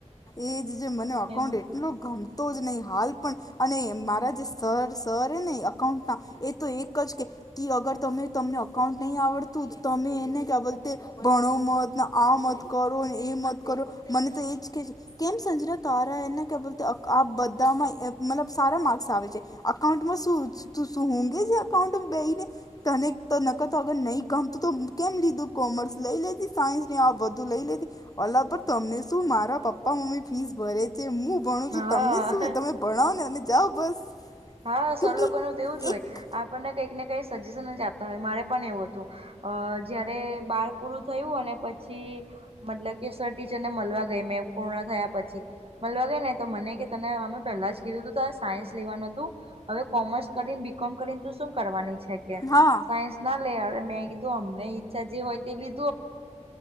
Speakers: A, on the left; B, on the right.
A: એજ મને અકાઉન્ટ
B: એમાં
A: એટલું ગમે તો જ નહી. હાલ પણ અને મારા જે સર સર છે ને અકાઉન્ટના એ તો એક જ કહે અગર તમે તમને એકાઉન્ટ નહી આવડતું તમે એને ભણો નહી, આ નહી કરો, એ નહી કરો. મને તો એજ કે છે કેમ સંજરા તારા એને કે આ બધામાં મતલબ સારા માર્ક્સ આવે છે. અકાઉન્ટમાં શું તુ ઊઘે છે. અકાઉંન્ટ બેસી ને તને તો અગર નહીં ગમતું, તો કેમ લીધું, કોમર્સ લઈ લેતી સાયન્સને આ બધું લઈ લેતી અલા તમને શું મારા પપ્પા મમ્મી ફીસ ભરે છે, હું ભણું
B: હા
A: છું. તમને શું? તમે ભણાવોને અને જાઓ બસ.
B: હા, સર
A: કેમ કે
B: લોકોનું તો એવું જ હોય,
A: એક
B: આપણને કંઈક ને કઈક સજેશન જ આપતા હોય. મારે પણ એવું હતું. અહ જયારે બાર પૂરું થયું અને પછી મતલબ કે સર ટીચરને મલવા ગઈ, મેં પૂર્ણ થયા પછી. મલવા ગઈને તો મને કે તને અમે પહેલા જ કીધું તું તો આ સાયન્સ લેવાનું હતું હવે, કોમર્સ કરીને, બી કોમ કરીને, તો શું કરવાની છે કે
A: હા
B: સાયન્સ ના લેયરે, મેં કીધું. અમને ઈચ્છા જે હોય તે લી